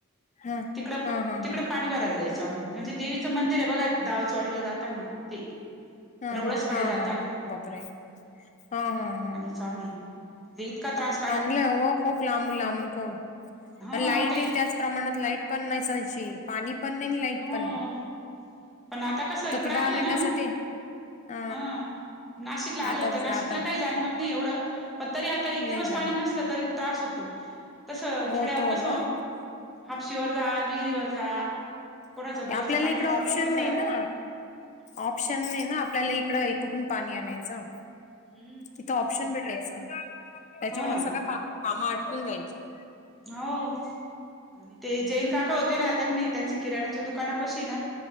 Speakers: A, on the left; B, in the centre.
A: हा
B: तिकडं
A: हा हा
B: तिकडं
A: हा
B: पाणी भरायला जायचं आम्ही म्हणजे देवीचं मंदिर आहे बघा दावचवाडीला जाताना ते
A: हू
B: रवळसकडे
A: हू हा
B: जाताना
A: हा हा बापरे हा हा हा
B: स्वामी जे इतका त्रास
A: आणलंय ओ खूप लांबून लांबून खूप
B: हा
A: आणि लाईटही
B: आता इ
A: त्याच प्रमाणात लाईट पण नसायची पाणी पण नाही आणि लाईट
B: हो
A: पण नाही
B: पण आता कसं इकड
A: तर
B: आलोय
A: दहा मिनिटासाठी
B: ना
A: अ
B: हा नाशिकला
A: आतापासून
B: आलोय तर नाशिकला
A: आता
B: काही जाणवत नाही एवढं पण तरी आता एक दिवस
A: नाही जाणार
B: पाणी कसला तरी त्रास होतो तस
A: हो
B: खेड्यावर
A: तो
B: कस
A: मग
B: हापशीवर जा विहिरीवर जा कोणाचं बोरचं
A: आपल्याला
B: पाणी
A: इकड
B: असेल
A: ऑप्शन
B: तिकडे जा
A: नाही ना ऑप्शन नाही ना आपल्याला इकड कुठून पाणी आणायचं
B: हू
A: तिथं ऑप्शन भेटायच त्याच्यामुळे
B: ना
A: सगळ काम आटकून जायचे
B: हो आणि ते जैन काका होतेना त्यांनी त्यांचे किराण्याच्या दुकाना पाशीना